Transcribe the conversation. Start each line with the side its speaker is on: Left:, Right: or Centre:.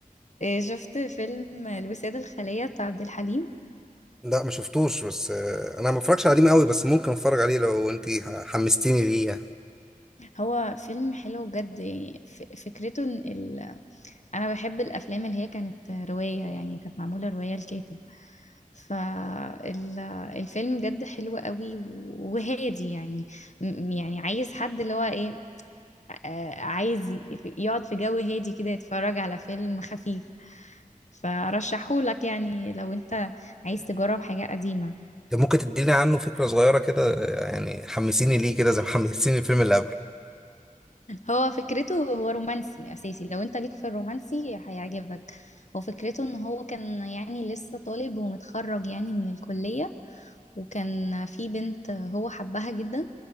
Left: إيه، شفت فيلم الوسادة الخالية بتاع عبد الحليم
Centre: لا ما شفتوش بس آه، انا ما اتفرجش عليه قوي بس ممكن اتفرج عليه لو انت ح- حمستيني ليه يعني
Left: هو فيلم حلو بجد يعني ف- فكرته إن ال... أنا بحب الأفلام اللي هي كانت رواية يعني كانت معمولة رواية الكاتب فالفيلم بجد حلو قوي وهادي يعني م- يعني عايز حد اللي هو إيه آه، عايز ي- يقعد في جو هادي كده يتفرج على فيلم خفيف فرشحهولك يعني لو انت عايز تجرب حاجة قديمة
Centre: ده ممكن تديني عنه فكره صغيره كده آه، يعني حمسيني ليه كده زي ما حمسيني الفيلم اللي قبله
Left: هو فكرته هو رومانسي أساسي لو انت ليك في الرومانسي هيعجبك هو فكرته ان هو كان يعني لسه طالب ومتخرج يعني من الكلية وكان في بنت هو حبها جدا